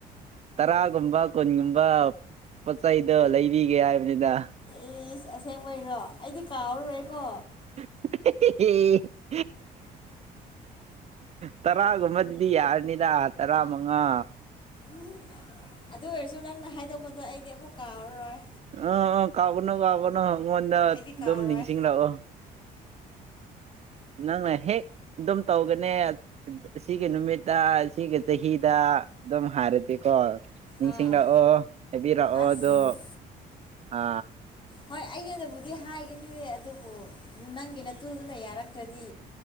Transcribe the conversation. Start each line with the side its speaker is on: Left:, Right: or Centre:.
Right: ꯇꯔꯥꯒꯨꯝꯕ ꯀꯨꯟꯒꯨꯝꯕ ꯄꯣꯠ ꯆꯩꯗꯣ ꯂꯩꯕꯤꯒꯦ ꯍꯥꯏꯕꯅꯤꯗ꯫
Left: ꯑꯩ ꯑꯁꯦꯡꯕꯩꯔꯣ ꯑꯩꯗꯤ ꯀꯥꯎꯔꯨꯔꯣꯏꯀꯣ꯫
Right: <unintelligible> ꯇꯔꯥꯒꯨꯝꯕꯗꯨꯗꯤ ꯌꯥꯔꯅꯤꯗ ꯇꯔꯥ ꯃꯉꯥ꯫
Left: ꯎ ꯑꯗꯨ ꯑꯣꯏꯔꯁꯨ ꯅꯪꯅ ꯍꯥꯏꯗꯣꯛꯄꯗꯣ ꯑꯩꯗꯤ ꯑꯃꯨꯛ ꯀꯥꯎꯔꯔꯣꯏ
Right: ꯑꯥ ꯑꯥ ꯀꯥꯎꯒꯅꯨ ꯀꯥꯎꯒꯅꯨ ꯑꯩꯉꯣꯟꯗ ꯑꯗꯨꯝ
Left: ꯑꯩꯗꯤ ꯀꯥꯎꯔꯣꯏ
Right: ꯅꯤꯡꯁꯤꯡꯂꯛꯑꯣ ꯅꯪꯅ ꯍꯦꯛ ꯑꯗꯨꯝ ꯇꯧꯒꯅꯦ ꯁꯤꯒꯤ ꯅꯨꯃꯤꯠꯇ ꯁꯤꯒꯤ ꯆꯍꯤꯗ ꯑꯗꯨꯝ ꯍꯥꯏꯔꯗꯤꯦꯀꯣ ꯅꯤꯡꯁꯤꯡꯂꯛꯑꯣ
Left: ꯑꯥ
Right: ꯍꯥꯏꯕꯤꯔꯛꯑꯣ
Left: ꯑꯁ
Right: ꯑꯗꯣ ꯑ
Left: ꯍꯣꯏ ꯑꯩꯒꯤ ꯑꯗꯨꯕꯨꯗꯤ ꯍꯥꯏꯈꯤꯅꯤ ꯑꯗꯨꯕꯨ ꯅꯪꯒꯤꯅ ꯇꯨꯗꯨꯅ ꯌꯥꯔꯛꯇ꯭ꯔꯗꯤ